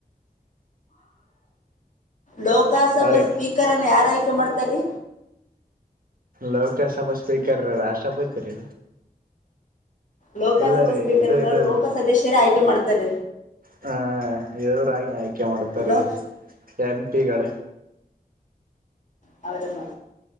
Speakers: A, on the left (about 50°); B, on the right (about 65°).
A: ಲೋಕಸಭಾ
B: ಅವ್ರೇ
A: ಸ್ಪೀಕರನ್ನ ಯಾರ್ತ ಷ್ಟ ಮಾಡ್ತಾರೀ
B: ಲೋಕಸಭಾ ಸ್ಪೀಕರ್ ರ ರಾಷ್ಟ್ರಪತಿ ರೀ
A: ಲೋಕಸಭಾ
B: ಇಲ್ಲ ರೀ
A: ಸ್ಪೀಕರ್
B: ಇದು ಇದು
A: ನ ಲೋಕಸದಸ್ಯರೇ ಆಯ್ಕೆ ಮಾಡ್ತಾರ.
B: ಹಾ ಇವರಾಗಿ ಆಯ್ಕೆ ಮಾಡ್ತಾರೀ
A: ಹಲೋ
B: ಎಂಪಿಗಳ
A: ಹೌದ ನ